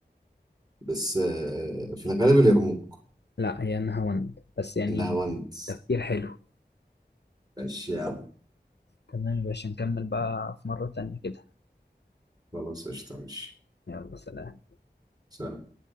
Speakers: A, on the right; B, on the left.
A: بس آه في الغالب اليرموك
B: لا هي نهاوند بس يعني
A: النهاوند
B: تفكير حلو
A: ماشي يا عم
B: تمام يا باشا نكمل بقى في مرة تانية كده
A: خلاص قشطة ماشي
B: يلا سلام
A: سلام